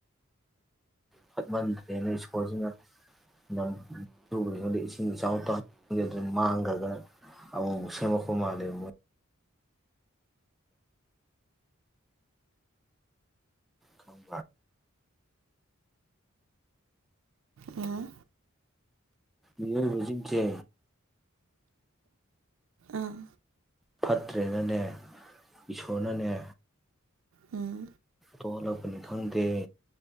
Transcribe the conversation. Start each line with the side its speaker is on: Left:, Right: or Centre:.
Centre: ꯐꯠꯃꯟꯗ꯭ꯔꯦꯅ ꯏꯁꯀꯣꯔꯜꯁꯤꯅꯨꯕꯉꯣꯟꯗ ꯏꯁꯤꯡ ꯏꯆꯥꯎ ꯇꯖꯗꯅ ꯃꯥꯡꯈ꯭ꯔꯒ ꯑꯃꯨꯛ ꯑꯃꯨꯛ ꯁꯦꯝꯃꯛꯄ ꯃꯥꯜꯂꯦꯕ ꯃꯣꯏ ꯈꯪ
Right: ꯑ‌ꯣ
Centre: ꯃꯤꯑꯣ ꯖꯤꯁꯦ
Right: ꯑꯥ
Centre: ꯐꯠꯇ꯭ꯔꯦꯅꯅꯦ ꯏꯁꯣꯔꯅꯅꯦ
Right: ꯎꯝ
Centre: ꯄꯣꯞ ꯊꯣꯛꯅꯤ ꯈꯪꯗꯦ